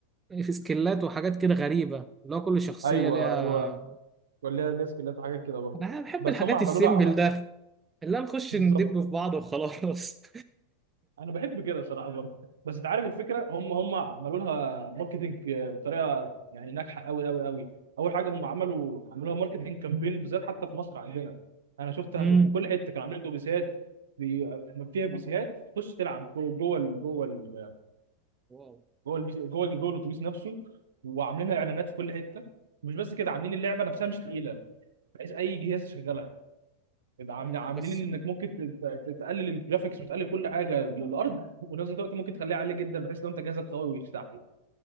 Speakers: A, on the right; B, on the right.
A: في سكيلات وحاجات كده غريبة اللي هو كل شخصية
B: ايوه
A: ليها
B: ايوه ولا ليها سكيلات وحاجات كده برضه
A: أنا بحب
B: بس
A: الحاجات
B: هم عملوا
A: السيمبل
B: لها عم...
A: ده اللي هو نخش
B: بالظبط
A: ندب في بعض وخلاص
B: انا بحب كده صراحه برضه بس انت عارف الفكره هم هم عملوا لها ماركتنج بطريقه يعني ناجحه قوي قوي قوي اول حاجه هم عملوا عملوا لها ماركتنج كامبين بالذات حتى في مصر عندنا انا شفتها
A: <laughs>
B: في كل
A: امم
B: حته كانوا عاملين اتوبيسات بي... فيها بيسيهات تخش تلعب جوه جوه ال- جوه ال-
A: واو
B: جوه البيسي- جوه ال- جوه الاتوبيس نفسه وعاملينها اعلانات في كل حته مش بس كده عاملين اللعبه نفسها مش تقيله بحيث اي جهاز يشغلها يبقى عامل-
A: مم.
B: عاملين
A: بس
B: انك ممكن ت- ت- تقلل الجرافيكس وتقلل كل حاجه للارض ونفس الوقت ممكن تخليها عاليه جدا بحيث لو انت جهازك قوي ويستحمل